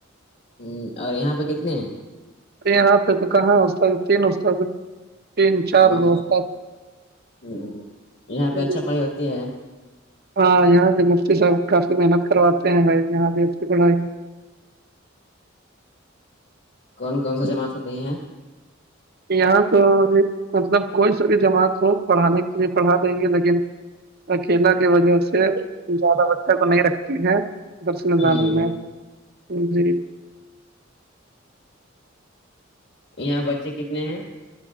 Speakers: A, on the left; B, on the right.
A: ہ اور یہاں پہ کتنے ہیں
B: یہاں پہ تو کہاں ہوتا ہے تین ہوتا تھا تین چار
A: ہوں،
B: گف
A: ہوں، یہاں پہ اچھا
B: جی
A: پڑھائی ہوتی ہیں
B: ہاں یہاں بھی مفتی صاحب کافی محنت کرواتے ہیں بھائی یہاں بھی ا کی بڑائی
A: کون کون
B: ہے۔
A: سا جماعت ہوتے ہیں
B: یہاں تو مطلب کوئی ساری جماعت ہو پڑھانے کے لیے پڑھا دیں گے لیکن اکیلا کی وجہ سے زیادہ بچہ کو نہیں رکھتے ہیں درس نظامی
A: ہ
B: میں جی
A: یہاں بچے کتنے ہیں